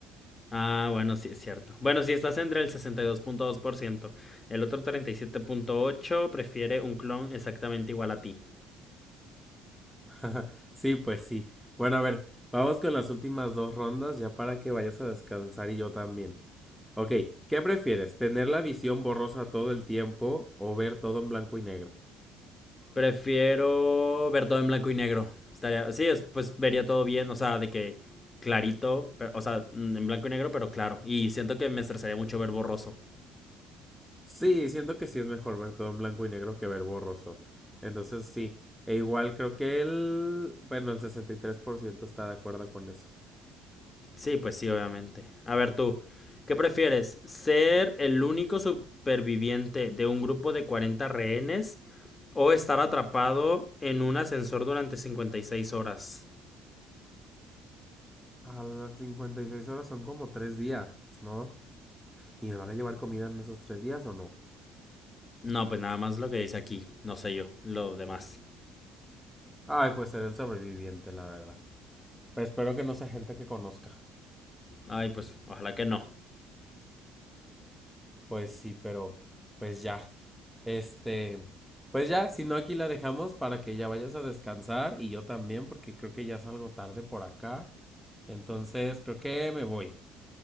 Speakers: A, on the left (about 25°); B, in the centre.
A: Ah, bueno, sí es cierto. Bueno, si estás entre el 62.2%, el otro 37.8 prefiere un clon exactamente igual a ti.
B: <laughs> Sí, pues sí. Bueno, a ver, vamos con las últimas dos rondas ya para que vayas a descansar y yo también. Ok, ¿qué prefieres? ¿Tener la visión borrosa todo el tiempo o ver todo en blanco y negro?
A: Prefiero ver todo en blanco y negro. Estaría, sí, pues vería todo bien, o sea, de que clarito, pero- o sea, en blanco y negro, pero claro. Y siento que me estresaría mucho ver borroso.
B: Sí, siento que sí es mejor ver todo en blanco y negro que ver borroso. Entonces sí, e igual creo que el... Bueno, el 63% está de acuerdo con eso.
A: Sí, pues sí, obviamente. A ver tú, ¿qué prefieres? ¿Ser el único superviviente de un grupo de 40 rehenes o estar atrapado en un ascensor durante 56 horas?
B: A las 56 horas son como 3 días, ¿no? ¿Y me van a llevar comida en esos tres días o no?
A: No, pues nada más lo que dice aquí, no sé yo, lo demás.
B: Ay, pues seré el sobreviviente, la verdad. Pero espero que no sea gente que conozca.
A: Ay, pues ojalá que no.
B: Pues sí, pero pues ya. Este, pues ya, si no aquí la dejamos para que ya vayas a descansar y yo también porque creo que ya salgo tarde por acá. Entonces, creo que me voy.